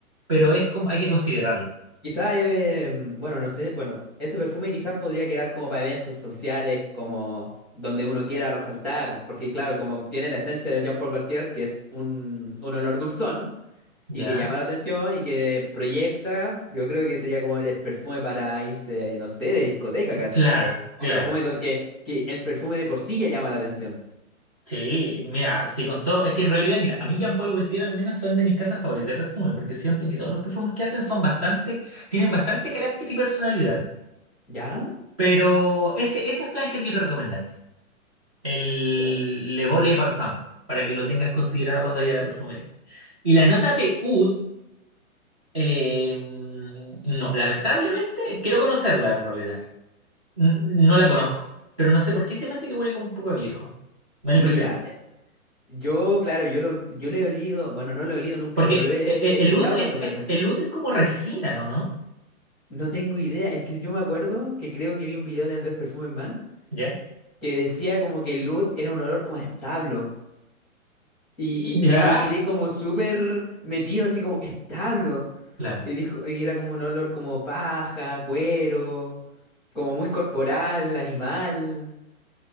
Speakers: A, on the right; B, in the centre.
A: pero es como, hay que considerarlo.
B: Quizás, eh, em, bueno, no sé, bueno, ese perfume quizás podría quedar como para eventos sociales, como donde uno quiera resaltar, porque claro, como tiene la esencia del Jean Paul Gaultier, que es un, un olor dulzón,
A: Ya,
B: y que llama la atención y que proyecta, yo creo que sería como el perfume para irse, no sé, de discoteca casi.
A: claro, claro.
B: Un perfume do- que, que el perfume de por sí ya llama la atención.
A: Sí, mira, si con todo, es que en realidad, mira, a mí Jean-Paul Gaultier al menos son de mis casas favoritas de perfume, porque siento que todos los perfumes que hacen son bastante, tienen bastante carácter y personalidad.
B: ¿Ya?
A: Pero ese, ese flanker yo te recomendaría. el
B: Ya.
A: Le Beau Le Parfum, para que lo tengas considerado cuando vaya a la perfumería. Y la nota de oud, eh, no, lamentablemente, quiero conocerla en realidad. N- no la conozco, pero no sé por qué se me hace que huele como un poco a viejo. Me
B: Mira,
A: da la impresión.
B: eh, yo, claro, yo lo, yo le he olido, bueno, no lo he olido nunca,
A: Porque
B: pero lo he
A: eh, eh,
B: escuchado
A: el oud es,
B: muchas
A: es-
B: veces.
A: el oud es como resina, ¿o no?
B: No tengo idea, es que yo me acuerdo que creo que vi un video de Andrés Perfume Man
A: ¿Ya?
B: que decía como que el Oud era un olor como a establo. Y,
A: <laughs> ¿Ya?
B: y yo quedé como súper metido, así como establo.
A: Claro.
B: Y dijo, y era como un olor como paja, cuero, como muy corporal, animal.